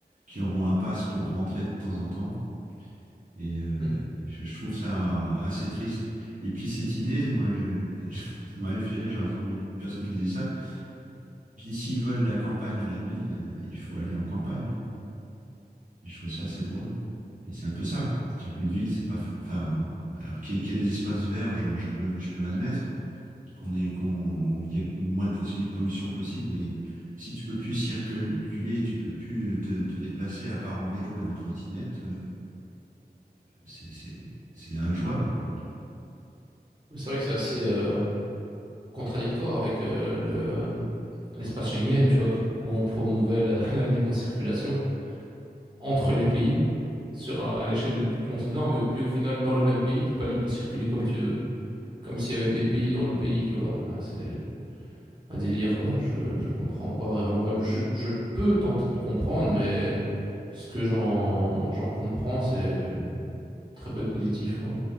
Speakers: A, on the right; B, on the right.
A: qui auront un pass pour rentrer de temps en temps. Et euh,
B: Hmm.
A: je, je trouve ça assez triste. Et puis cette idée, moi, je, <laughs> ça m'avait fait rire, j'ai entendu une personne qui disait ça. Je dis, s'ils veulent la campagne à la ville, euh, il faut aller en campagne. J'ai trouvé ça assez drôle. Mais c'est un peu ça. C'est-à-dire qu'une ville, c'est pas. f- Enfin, alors qu'il y, ait qu'il y ait des espaces verts, je, je peux, je peux l'admettre. Qu'on ait, qu'on, qu'il y ait moins de possi- pollution possible, mais si tu peux plus circuler et tu peux plus te, te déplacer, à part en vélo et en trottinette, euh, c'est, c'est, c'est injouable, quoi.
B: Mais c'est vrai que c'est assez euh, contradictoire avec euh, le, l'espace Schengen, tu vois, qui- où on promouvait la, <laughs> la libre circulation entre les pays sur, à l'échelle du continent, mais au- puis au final, dans le même pays, t'es pas libre de circuler comme tu veux. Comme s'il y avait des pays dans le pays, tu vois. Enfin, c'est un délire, quoi. Je, je comprends pas vraiment. Enfin, je, je peux tenter de comprendre, mais ce que j'en, j'en comprends, c'est très peu de positif, ouais.